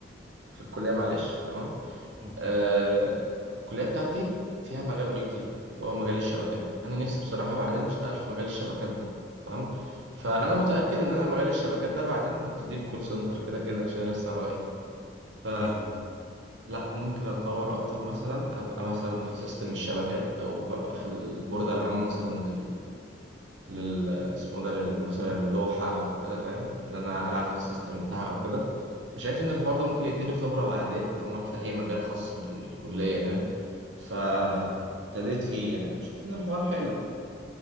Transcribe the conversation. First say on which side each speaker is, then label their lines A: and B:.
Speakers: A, on the right; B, on the right.
A: في الكلية معلش تمام
B: أه.
A: آه الكلية بتاعتي فيها مجال أي تي اللي هو مجال الشبكات أنا نفسي بصراحة بعدين أشتغل في مجال الشبكات ده تمام فأنا
B: ايوه
A: متأكد إن أنا مجال الشبكات ده بعدين هبتدي بكول سنتر كده كده عشان أنا لسه رايح ف
B: ايوه
A: لا ممكن اتطور اكتر مثلا ابقى مثلا في سيستم الشبكات او هبقى في البوردة العامة مثلا لل اسمه ده لل- مثلا اللوحة أو كده فاهم اللي أنا ألعب في السيستم
B: ايوه
A: بتاعها أو كده فشايف إن الحوار ده ممكن يديني خبرة بعدين عموما في أي مجال خاص بالكلية فاهم فابتديت
B: أيوة.
A: فيه يعني وشايف إن الحوار حلو